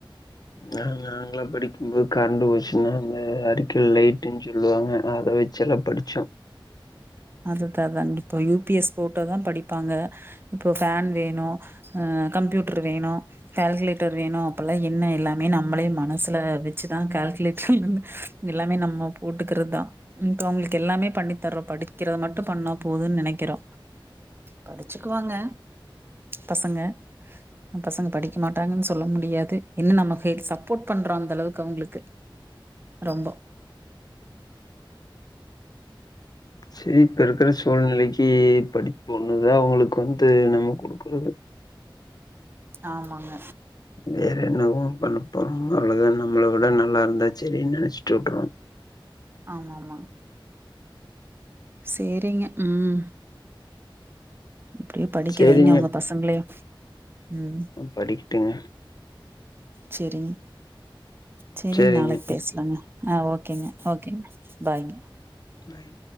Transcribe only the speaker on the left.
நா நாங்களா படிக்கும்போது கரண்டு போச்சுன்னா அந்த அறிக்கல் லைட்டுன் சொல்லுவாங்க அத வெச் செல்லா படிச்சோ
சேரி இப்போ இருக்கிற சூழ்நிலைக்கு படிப்பு ஒன்னு தா அவுங்குளுக் வந்து நம்ம குடுக்குறது
வேற என்னவோ பண்ண போறா அவ்ளதா நம்மள விட நல்லா இருந்தா சேரின்னு நெனைச்சிட்டு வுற்றுனு
சரிங்க.
படிக்ட்டுங்க
சரிங்க.
பாய்